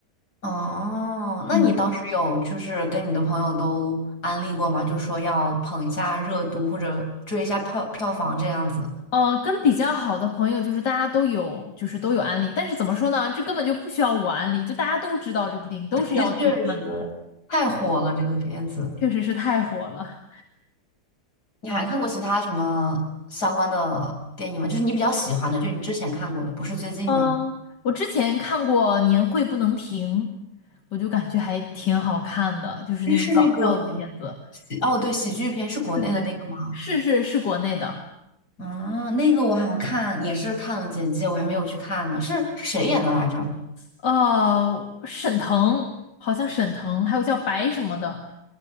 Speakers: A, on the left; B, on the left.
A: 哦，那你当时有就是跟你的朋友都安利过吗？
B: 嗯，
A: 就说要捧一下热度或者追一下票票房这样子。
B: 呃，跟比较好的朋友就是大家都有，就是都有安利，但是怎么说呢？这根本就不需要我安利，就大家都知道这部电影，都是要去看的，
A: <laughs> 确实太火了这个片子。
B: 确实是太火了。
A: 你还看过其他什么相关的电影吗？就是你比较喜欢的，就你之前看过的，不是最近的。
B: 嗯，我之前看过《年会不能停》，我就感觉还挺好看的，就是那种搞笑的片子。
A: 诶是那个。哦，对，喜剧片是国内的那个吗？
B: 对对对，是是是国内的，
A: 啊，那个我好像看也是看了简介，我还没有去看呢。是谁演的来着？
B: 呃，沈腾好像沈腾，还有叫白什么的，